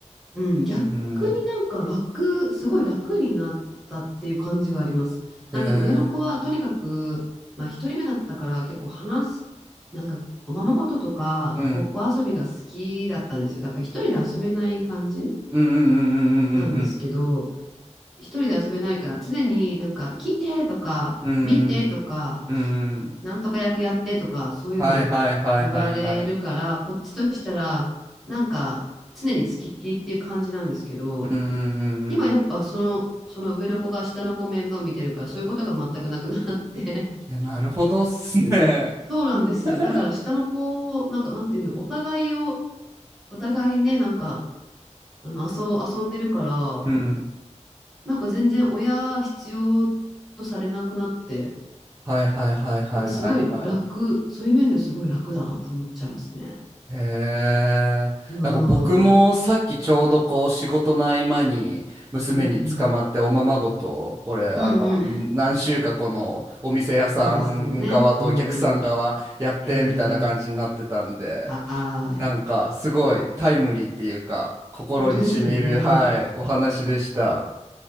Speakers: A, in the centre; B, on the right (about 25°).
A: うん、逆になんか楽、
B: うん。
A: すごい楽になったっていう感じがあります。なんか上の子はとにかく、
B: へえ。うん。
A: まあ一人目だったから結構話す、なんかおままごととかごっこ遊びが好きだったんですよ。
B: うん
A: だから一人で遊べない感じ
B: うんうんうん
A: なんですけど、一人で遊べないから常になんか来てとか見てとか、
B: うんうんうん。うん。うん。
A: なんとか役やってとかそういうのを言われるから、
B: はいはいはいはいはい。
A: こっちとしたらなんか常に付きっきりっていう感じなんですけど、
B: うんうんうんう
A: 今やっぱその、
B: ん。
A: その上の子が下の子を面倒見てるから、そういうことが全くなくなって
B: いや、なるほどっすね。
A: <laughs> そうなんですよ。
B: <laughs>
A: だから下の子を、なんかなんていうの、お互いを、お互いね、なんか、あの、遊、遊んでるから、
B: うん。
A: なんか全然親必要とされなくなって、
B: はいはいはいはいはいはい。
A: なんかすごい楽、そういう面ですごい楽だなと思っちゃいますね。
B: へえ。
A: うん。
B: なんか僕もさっきちょうどこう仕事の合間に娘に捕まっておままごと、
A: うんうん。
B: これあの何週かこのお店屋さん側とお客さん側やってみたいな感じになってたんで、
A: うんうん。そうですよね。うんうん。えー、はーい。
B: なんかすごいタイムリーっていうか心に染みる、
A: 本当ですよね。
B: はい、お話でした。